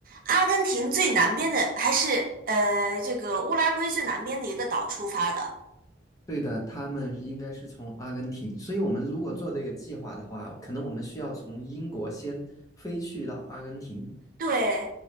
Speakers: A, on the right (about 50°); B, on the left (about 20°).
A: 阿根廷最南边的，还是呃这个乌拉圭最南边的一个岛出发的。
B: 对的，他们应该是从阿根廷，所以我们如果做这个计划的话，可能我们需要从英国先飞去到阿根廷。
A: 对，